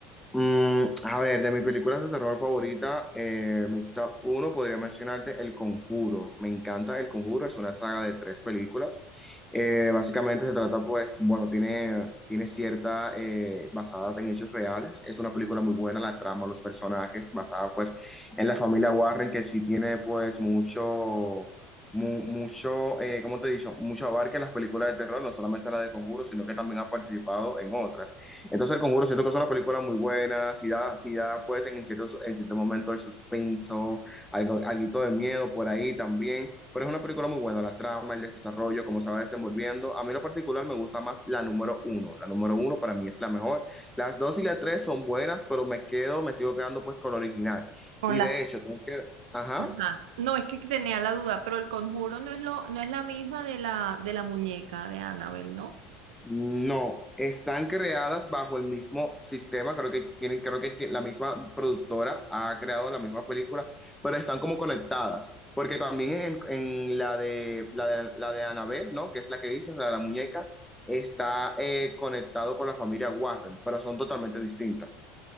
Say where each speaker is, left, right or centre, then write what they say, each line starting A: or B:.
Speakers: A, in the centre; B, on the right (about 75°).
A: Mm, a ver, de mis películas de terror favorita, eh, mi top 1 podría mencionarte El Conjuro. Me encanta El Conjuro, es una saga de tres películas. Eh, básicamente se trata, pues, bueno, tiene, tiene cierta, eh, basadas en hechos reales. Es una película muy buena, la trama, los personajes, basada, pues, en la familia Warren, que sí tiene, pues, mucho... mu- Mucho, eh, ¿cómo te he dicho? Mucho abarca en las películas de terror, no solamente la de Conjuro, sino que también ha participado en otras. Entonces, El Conjuro siento que es una película muy buena, si da, si da pues en ciertos, en cierto momento el suspenso, algo, alguito de miedo por ahí también, pero es una película muy buena, la trama, el desarrollo, cómo se va desenvolviendo. A mí en lo particular me gusta más la número uno, la número uno para mí es la mejor. Las dos y la tres son buenas, pero me quedo, me sigo quedando pues con la original.
B: Con
A: Y
B: las
A: de hecho, tengo que... Ajá.
B: Ajá. No, es que tenía la duda, pero el conjuro no es lo, no es la misma de la, de la muñeca de Annabelle, ¿no?
A: No, están creadas bajo el mismo sistema, creo que tienen, creo que ti- la misma productora ha creado la misma película, pero están como conectadas, porque también en, en la de la de, la de Annabelle, ¿no? Que es la que dices, la de la muñeca, está eh, conectado con la familia Warren, pero son totalmente distintas.